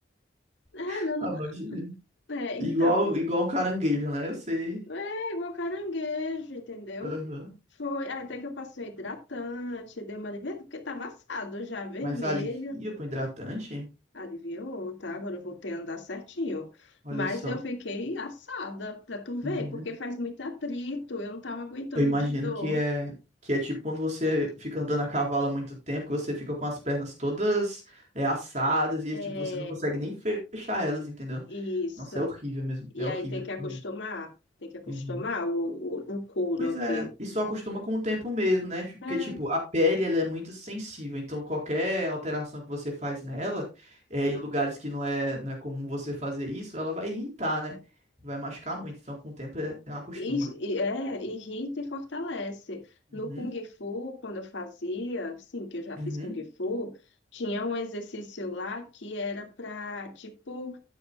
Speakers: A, on the left; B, on the right.
A: é,
B: <laughs>
A: não-
B: A Valdirene.
A: é, então,
B: Igual, igual um caranguejo, né? Eu sei.
A: é igual caranguejo, entendeu?
B: Aham.
A: Foi até que eu passei um hidratante, dei uma aliviada, porque tava assado já, vermelho.
B: Mas alivia com hidratante?
A: Adivinhou, tá? Agora eu voltei a andar certinho.
B: Olha
A: Mas
B: só.
A: eu fiquei assada, pra tu ver,
B: Uhum.
A: porque faz muito atrito, eu não tava aguentando
B: Eu imagino
A: de dor.
B: que é que é tipo quando você fica andando a cavalo há muito tempo, que você fica com as pernas todas é, assadas e
A: É,
B: tipo, você não consegue nem fechar elas, entendeu?
A: isso.
B: Nossa, é horrível mesmo.
A: E
B: É horrível.
A: aí tem que acostumar,
B: horrível.
A: tem que acostumar
B: Uhum.
A: o, o, o couro
B: Pois
A: aqui.
B: é, e só acostuma com o tempo mesmo, né? Tipo, Porque,
A: É,
B: tipo, a pele, ela é muito sensível, então qualquer alteração que você faz nela, é, em lugares que não é, não é comum você fazer isso, ela vai irritar, né? Vai machucar muito, então com o tempo é- ela acostuma.
A: e, e- é, irrita e fortalece.
B: Uhum,
A: No Kung Fu, quando eu fazia, sim, que eu já fiz
B: uhum,
A: Kung Fu, tinha um exercício lá que era pra, tipo,